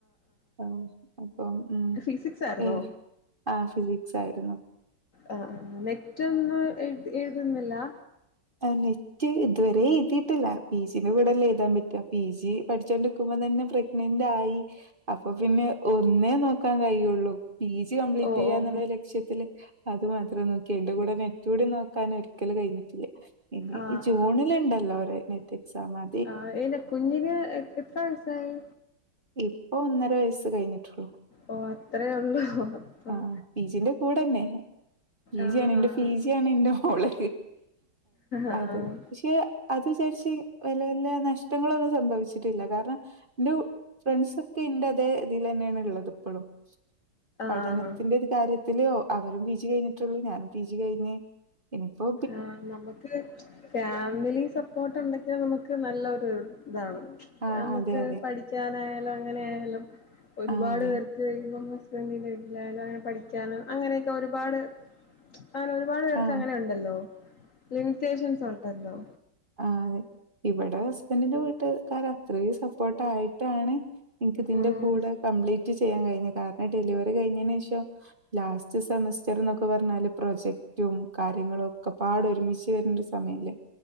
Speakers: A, on the right (about 30°); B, on the left (about 45°).
A: ആഹ് അപ്പം ഉം
B: ഫിസിക്സ് ആയിരുന്നോ
A: ഏഹ് ആഹ് ഫിലിക്സായിര്ന്നു.
B: ആഹ് ആഹ് ആഹ് ആഹ്. നെറ്റൊന്ന് എഴ്ത് എഴുതുന്നില്ലാ?
A: അ നെ റ്റ് ഇതുവരെ എയ്തീട്ടില്ല. പീ ജിന്റെ കൂടെല്ലേ എഴുതാൻ പറ്റ. പീ ജി പഠിച്ചോണ്ട്ക്കുമ്പം തന്നെ പ്രഗ്ന നെന്റായീ. അപ്പപ്പിന്നെ ഒന്നേ നോക്കാൻ കയ്യൊള്ളൂ. പീ ജി കംപ്ലീറ്റെയ്യാന്നുള്ളര്
B: ഓ ഓ
A: ക്ഷ്യത്തില്, അത് മാത്രം നോക്കി. അയ്ന്റെ കൂടെ നെറ്റൂടി നോക്കാന് ഒരിക്കലും കയ്ഞ്ഞിട്ടില്ല. ഇനി
B: ആഹ്
A: ഈ ജൂണില്ണ്ടല്ലോ
B: ആഹ്
A: ഒരു നീറ്റ് എക്സാം അ
B: ആഹ് അയിന് കുഞ്ഞിന് എത്ര വയസായി
A: ഇപ്പൊ ഒന്നര വയസ്സ് കഴിഞ്ഞ്ട്ടോള്ളൂ
B: ഓ അത്രേ ഉള്ളൂ അപ്പം
A: ആഹ് പിജിന്റെ കൂടെന്നെ ഈ
B: ആഹ്
A: ജേണിന്റെ
B: ആഹ്
A: പിജിയാണ് ഇൻ്റെ മോള്
B: ആഹ്
A: അത് പക്ഷെ അത് വിചാരിച്ച് വല്ല്യ വല്ല്യ നഷ്ടങ്ങളൊന്നും സംഭവിച്ചിട്ടില്ല കാരണം ഇന്റെ ഫ്രണ്ട്സൊക്കെ ഇൻ്റെ അതേ ഇതിലെന്നെ ഇള്ളത് ഇപ്പളും പഠനത്തിന്റെര്
B: ആഹ്
A: ഈ കാര്യത്തില് അവരും പിജി കഴിഞ്ഞിട്ടോള്ളൂ ഞാനും പിജി കഴിഞ്ഞ് ഇനിപ്പോ
B: ആഹ് നമുക്ക് ഫാമിലി സ സപ്പോർട്ട്ണ്ടെങ്കി നമുക്ക് നല്ലൊരു ഇതാണ്
A: ആ
B: നമക്ക്
A: അതെ അതെ
B: പഠി ക്കാനായാലും അങ്ങനായാലും ഒരുപാട്
A: ആ അതെ
B: പേർ ഭൂരിഭാഗം ഹസ്ബന്റിന് <unintelligible> പഠിക്കാനും അങ്ങനെയൊക്കെ ഒരുപാട് <unintelligible> ഒരുപാട് പേർക്ക്
A: ആ
B: അങ്ങനെണ്ടല്ലോ ലിമിറ്റേഷൻസ് ഉണ്ടല്ലോ
A: ആഹ് അതെ ഇവടെ ഹസ്ബൻഡിന്റെ വീട്ട്ക്കാറ് അത്രേയും സപ്പോർട്ടായിട്ടാണ് ഇൻക്ക് ഇതിന്റെ
B: ഉം
A: കൂടെ കംപ്ലീറ്റ് ചെയ്യാൻ കഴിഞ്ഞ് കാരണം ഡെലിവറി കഴിഞ്ഞേനേഷം ലാസ്റ്റ് സെമസ്റ്റർന്നൊക്കെ പറഞ്ഞാല് പ്രൊജക്റ്റും കാര്യങ്ങളും ഒക്കപാടെ ഒരുമിച്ച് വരണോര് സമയല്ലേ